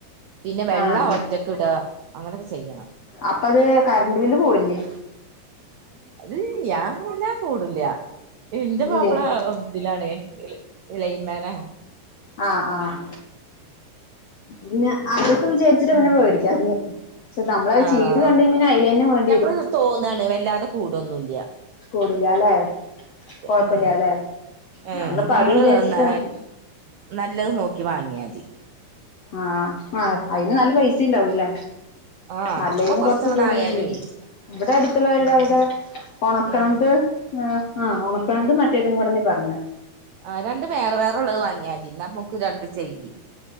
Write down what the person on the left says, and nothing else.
ആഹ് ആഹ്
അപ്പ അത് കറണ്ട് ബില്ല് കൂടുല്ലേ
ഇല്ലേ
ആഹ് ആഹ് പിന്നെ
അതൊക്കെ
വിചാരിച്ചിട്ട പിന്നെ
മേടിക്കാഞ്ഞേ പക്ഷെ നമ്മളത്
ചെയ്ത് കണ്ടയ്ഞ്ഞ പിന്നെ അയ്ലന്നെ വേണ്ടി
വെരും.
കൂടില്യാല്ലേ കൊഴപ്പല്യാല്ലേ
ഞങ്ങളിപ്പോ
അത് വിചാരിച്ചിട്ടണ്
ആഹ് ആഹ് അയിന് നല്ല പൈസിണ്ടാവുല്ലേ
നല്ലൈന്
കൊർച്ച് കൂടേം
ചെയ്യും. ഇവടെ അടുത്തുള്ളവരുടെ
അവടെ ഒണക്കാണ്ട്
ആഹ് ആഹ് ഒണക്കാണ്ട് മറ്റേതും കൂടിങ് പറഞ്ഞ് താ